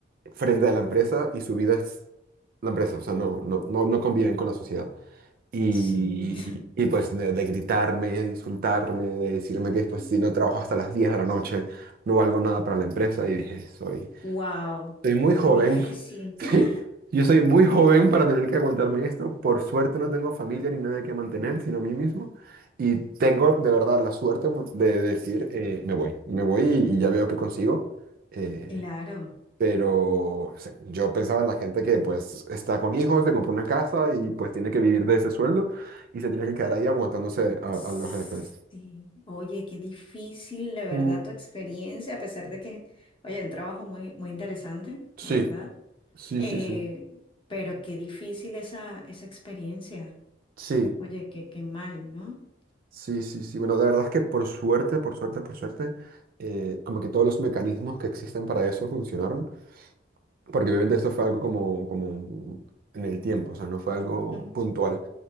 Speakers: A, on the right; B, on the left.
A: frente a la empresa y su vida es la empresa, o sea, no, no, no, no conviven con la sociedad. Y,
B: Sí.
A: y, pues de, de gritarme, de insultarme, de decirme que
B: <laughs>
A: pues si no trabajo hasta las 10 de la noche, no valgo nada para la empresa. Y dije, soy,
B: Wow,
A: soy muy joven.
B: qué difícil.
A: <laughs>
B: <laughs>
A: yo soy muy joven para tener que aguantarme esto. Por suerte no tengo familia ni nadie que mantener, sino a mí mismo. Y tengo de verdad la suerte pues, de decir, eh, me voy, me voy y, y ya veo qué consigo. Eh,
B: Claro.
A: pero o sea, yo pensaba en la gente que pues está con hijos, se compró una casa y pues tiene que vivir de ese sueldo y se tiene que quedar ahí aguantándose a,
B: Sí.
A: a los jefes.
B: Oye, qué difícil, de verdad,
A: Mm,
B: tu experiencia, a pesar de que, oye, un trabajo muy, muy interesante,
A: sí,
B: la verdad.
A: sí,
B: Eh,
A: sí, sí.
B: pero qué difícil esa, esa experiencia.
A: Sí,
B: Oye, qué, qué mal, ¿no?
A: sí, sí, sí. Bueno, de verdad es que por suerte, por suerte, por suerte, eh, como que todos los mecanismos que existen para eso funcionaron. porque obviamente esto fue algo como, como en el tiempo, o sea, no fue algo
B: Ujú,
A: puntual.